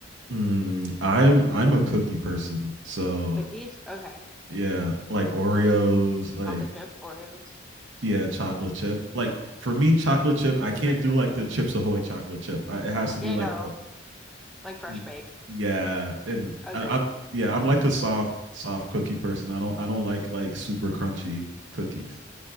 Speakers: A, on the right; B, in the centre.
A: Mm, I'm I'm a cookie person. So
B: cookies? Okay.
A: yeah, like Oreos, like
B: Chocolate chip, Oreos,
A: yeah, chocolate chip. Like for me, chocolate chip, I can't
B: sugar.
A: do like the Chips Ahoy chocolate chip. I, it has to
B: Yeah,
A: be like
B: no. Like fresh
A: a
B: baked.
A: yeah, and
B: Agreed.
A: I, I'm yeah, I'm like a soft soft cookie person. I don't I don't like like super crunchy cookies.